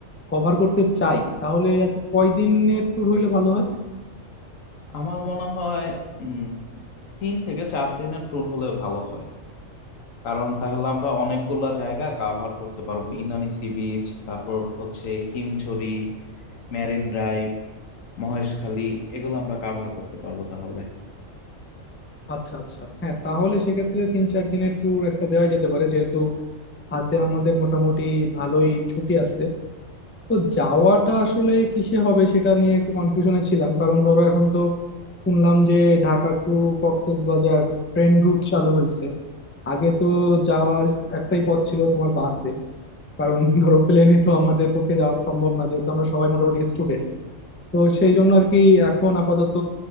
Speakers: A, on the left; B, on the left.
A: কভার করতে চাই তাহলে আর কি কয়দিনের ট্যুর হইলে ভালো হয়
B: আমার মনে হয় উম তিন থেকে চার দিনের ট্যুর হলে ভালো হয় কারণ তাহলে আমরা অনেকগুলা জায়গা কাভার করতে পারবো ইনানি সি বিচ তারপর হচ্ছে হিমছড়ি মেরিন ড্রাইভ মহেশখালী এগুলো আমরা কাভার করতে পারবো তাহলে
A: আচ্ছা আচ্ছা হ্যাঁ তাহলে সেক্ষেত্রে তিন চার দিনের ট্যুর একটা দেওয়া যেতে পারে যেহেতু হাতে আমাদের মোটামুটি ভালোই ছুটি আছে তো যাওয়াটা আসলে কিসে হবে সেটা নিয়ে একটু কনফিউশনে ছিলাম কারণ ধরো এখন তো শুনলাম যে Dhaka two Cox's Bazar train root চালু হয়েছে আগে তো যাওয়ার একটাই পথ ছিল তোমার বাসে কারণ ধরো প্লেনে তো আমাদের পক্ষে যাওয়া সম্ভব না যেহেতু আমরা সবাই মোটামুটি স্টুডেন্ট তো সেই জন্য আর কি এখন আপাতত